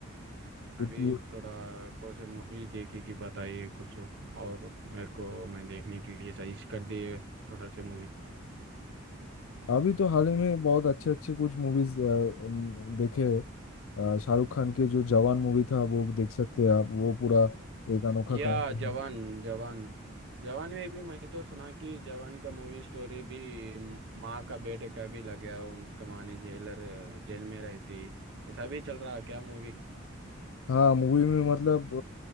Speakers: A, on the left; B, on the right.
A: है
B: अभी थोड़ा कौन से मूवी देखी कि बताइए कुछ और मेरे को मैं देखने के लिए सजेस्ट कर दिए थोड़ा से मूवी
A: अभी तो हाल ही में बहुत अच्छे अच्छे कुछ मूवीज देखे अ, शाहरुख खान के जो जवान मूवी था वो देख सकते हैं आप वो पूरा एक अनोखा
B: या
A: कहानी
B: जवान
A: है।
B: जवान जवान में भी मैं तो सुना कि जवान का मूवी स्टोरी भी म- माँ का बेटे का भी लग गया उसका माँ ने जेलर जेल में रहती ऐसा भी चल रहा है क्या मूवी
A: हाँ मूवी में मतलब